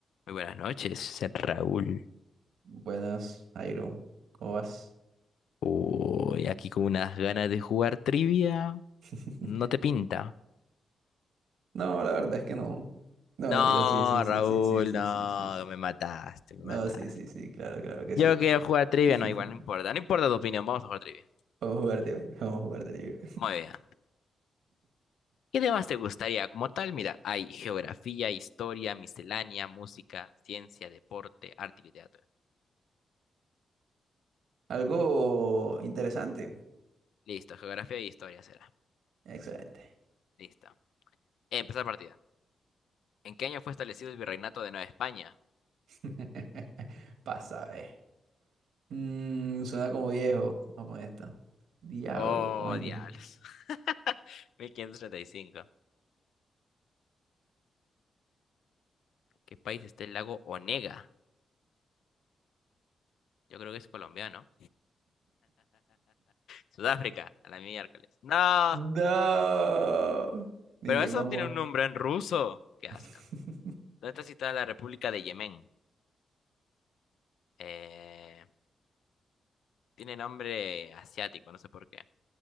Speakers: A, on the left; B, on the right.
A: Muy buenas noches, ser Raúl.
B: Buenas, Airo. ¿Cómo vas?
A: Uy, aquí con unas ganas de jugar trivia.
B: <laughs>
A: No te pinta.
B: No, la verdad es que no. No,
A: No,
B: mentira, sí, sí, sí,
A: Raúl,
B: sí, sí, sí,
A: no,
B: sí, sí, sí.
A: me mataste, me
B: No,
A: mataste.
B: sí, sí, sí, claro, claro que sí.
A: Yo quiero jugar trivia,
B: <laughs>
A: no, igual no importa, no importa tu opinión, vamos a jugar trivia.
B: Vamos a jugar de hoy, vamos a jugar de liga.
A: Muy bien. ¿Qué temas te gustaría como tal? Mira, hay geografía, historia, miscelánea, música, ciencia, deporte, arte y literatura.
B: Algo interesante.
A: Listo, geografía y historia será.
B: Excelente.
A: Listo. Empezar partida. ¿En qué año fue establecido el virreinato de Nueva España?
B: <laughs> Pasa, eh. Mm, suena como viejo. Vamos a poner esta. Diablo,
A: Oh,
B: coño.
A: diablos. <laughs> 1535. ¿Qué país está el lago Onega? Yo creo que es colombiano. Sudáfrica, a la miércoles. No,
B: No. Ni
A: pero
B: que
A: eso
B: vamos.
A: no tiene un nombre en ruso. Qué asco.
B: <laughs>
A: ¿Dónde está situada la República de Yemen? Eh, tiene nombre asiático, no sé por qué.